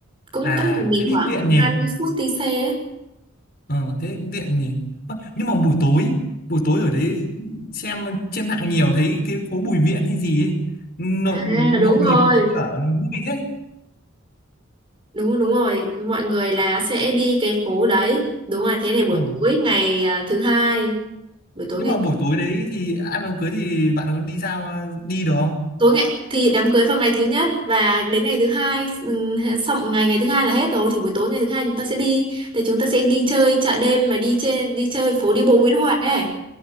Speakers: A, on the right (about 25°); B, on the left (about 45°).
A: cũng
B: à
A: cách nhà mình
B: thế thì
A: khoảng
B: tiện nhỉ
A: hai mươi phút đi xe ấy.
B: ờ thế cũng tiện nhỉ Ơ, nhưng mà buổi tối buổi tối ở đấy xem trên mạng nhiều thấy cái phố Bùi Viện hay gì ấy, nhộn
A: À đúng
B: nhộn
A: rồi.
B: nhịp với cả vui thế
A: đúng rồi, đúng rồi mọi người là sẽ đi cái phố đấy đúng rồi thế này buổi
B: ờ
A: tối ngày à, thứ hai buổi tối
B: nhưng
A: ngày
B: mà buổi tối đấy thì ăn đám cưới thì bạn có đi ra đi được không
A: tối ngày thì đám cưới vào ngày thứ nhất và đến ngày thứ hai ừm, xong ngày ngày thứ hai là hết rồi thì buổi tối ngày thứ hai chúng ta sẽ đi thì chúng ta sẽ đi chơi chợ đêm mà đi trên đi chơi phố đi bộ Nguyễn Huệ ấy.